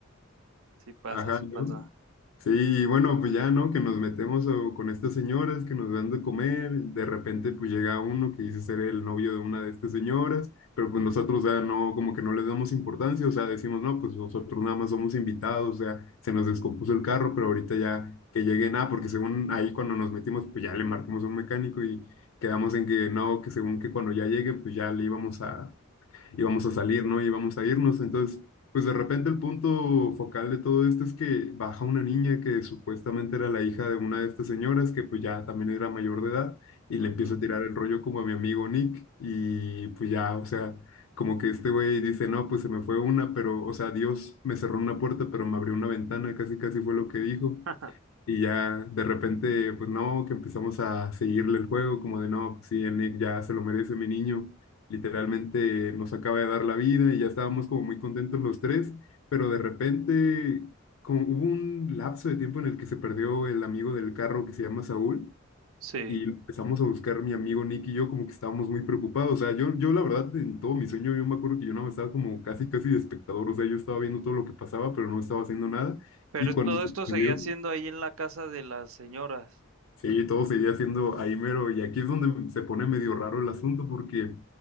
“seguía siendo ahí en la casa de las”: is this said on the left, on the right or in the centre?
Right